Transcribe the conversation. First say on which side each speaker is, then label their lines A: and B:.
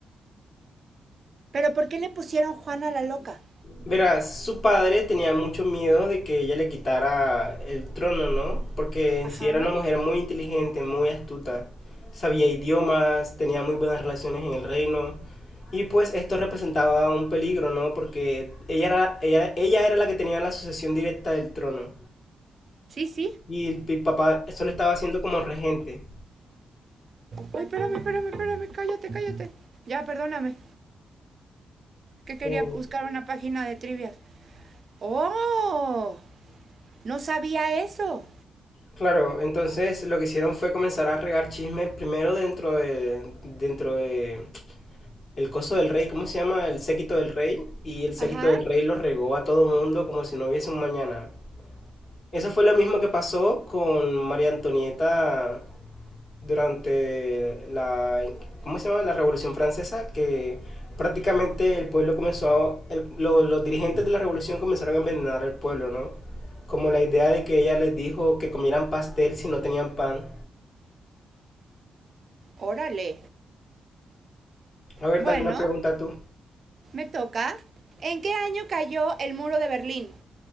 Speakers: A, on the right (about 45°); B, on the left (about 50°).
A: ¿Pero por qué le pusieron Juana la loca?
B: Verás, su padre tenía mucho miedo de que ella le quitara el trono, ¿no? Porque en
A: Ajá.
B: sí era una mujer muy inteligente, muy astuta, sabía idiomas, tenía muy buenas relaciones en el reino. Y pues esto representaba un peligro, ¿no? Porque ella era, ella, ella era la que tenía la sucesión directa del trono.
A: Sí, sí.
B: Y el, el papá solo estaba haciendo como regente.
A: Uy, espérame, espérame, espérame, cállate, cállate. Ya, perdóname, que quería
B: Eh,
A: buscar una página de trivias. ¡Oh! No sabía eso.
B: claro, entonces lo que hicieron fue comenzar a regar chismes primero dentro de, dentro de, el coso del rey, ¿cómo se llama? El séquito del rey. Y el séquito
A: Ajá.
B: del rey lo regó a todo mundo como si no hubiese un mañana. Eso fue lo mismo que pasó con María Antonieta durante la, ¿cómo se llama? La Revolución Francesa, que prácticamente el pueblo comenzó a, el- lo- los dirigentes de la revolución comenzaron a envenenar al pueblo, ¿no? Como la idea de que ella les dijo que comieran pastel si no tenían pan.
A: Órale.
B: A ver,
A: Bueno,
B: dale una pregunta tú.
A: me toca. ¿En qué año cayó el muro de Berlín?